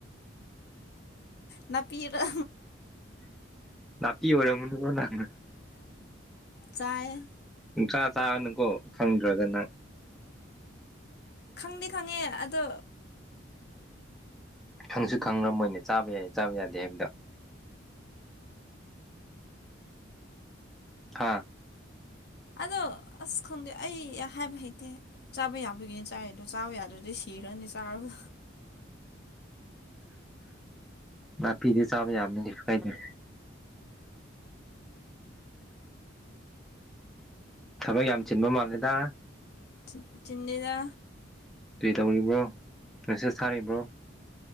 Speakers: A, on the left; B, in the centre.
A: ꯅꯥꯄꯤ ꯔ
B: ꯄꯤꯤ ꯑꯣꯏꯔꯅ
A: ꯆꯥꯏ
B: ꯊ꯭ꯔꯥ ꯆꯥꯕꯅꯨꯀꯣ ꯐꯪꯗ꯭ꯔꯒꯅꯪ
A: ꯈꯪꯗꯦ ꯈꯪꯉꯦ ꯑꯗꯣ
B: ꯈꯪꯁꯨ ꯈꯪꯅ ꯃꯣꯏꯅꯦ ꯆꯥꯕ ꯌꯥꯏꯌꯦ ꯆꯥꯕ ꯌꯥꯗꯦ ꯍꯥꯏꯕꯗ <inaudible> ꯍꯥ
A: ꯑꯗꯣ ꯑꯁ ꯈꯪꯗꯦ ꯑꯩ ꯍꯥꯏꯕ ꯍꯩꯇꯦ ꯆꯥꯕ ꯌꯥꯕꯒꯤꯅꯤ ꯆꯥꯏꯗꯣ ꯆꯥꯕ ꯌꯥꯗ꯭ꯔꯗꯤ ꯁꯤ ꯍꯤꯔꯅꯤ ꯁꯥꯥꯕ
B: ꯅꯥꯄꯤꯗꯤ ꯆꯥꯕ ꯌꯥꯕꯅꯤꯁꯨ ꯀꯥꯏꯗ ꯊꯕꯛ ꯌꯥꯝ ꯆꯤꯟꯕ ꯃꯥꯜꯂꯦꯗ
A: ꯆ ꯆꯤꯟꯗꯤꯗ
B: ꯀꯩ ꯇꯧꯔꯤꯕ꯭ꯔꯣ ꯃꯦꯁꯦꯁ ꯊꯥꯔꯤꯕ꯭ꯔꯣ